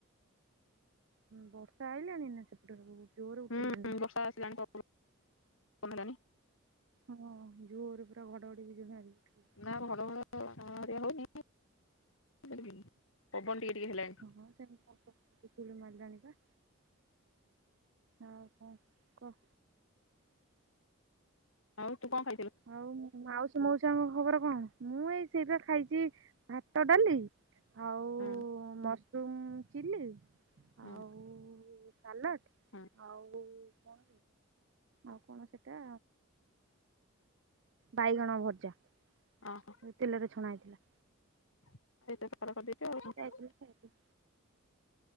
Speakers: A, on the right; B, on the left.
A: ହଁ ବର୍ଷା ଆଇିଲାଣି ନା ସେପଟରେ ଜୋର
B: ହୁଁ
A: ଉଠେଇଲାଣି ତ।
B: <unintelligible>
A: ହଁ ଜୋରରେ ପୁରା ଘଡଘଡି ବିଜୁଳି <unintelligible>
B: ନାଁ ଘଡ ଘଡ ଭଳିଆ ହଉନି ଫିରବି ପବନ ଟିକେ ଟିକେ ହେଲାଣି।
A: ହଁ ସେମତି ବିଜୁଳି ମାରିଲାଣିବା। ଆଉ କଣ କ।
B: ଆଉ ତୁ କଣ ଖାଇଥିଲୁ?
A: ଆଉ ମାଉସୀ ମଉସଆଙ୍କ ଖବର କଣ? ମୁଁ ଏଇ ସିଜା ଖାଇଚି। ଭାତ, ଡାଲି ଆଉ
B: ହୁଁ।
A: ମୋ ମସରୁମ ଚିଲି।
B: ହୁଁ।
A: ଆଉ ସାଲାଟ
B: ହୁଁ
A: ଆଉ କଣ ଆଉ କଣ ସେଟା ବାଇଗଣ ଭଜା ଯୋଉ
B: ଓହୋ
A: ତେଲରେ ଛଣା ହେଇଥିଲା।
B: <inaudible>
A: ଯାଇଥିଲି ଖାଇଥିଲି।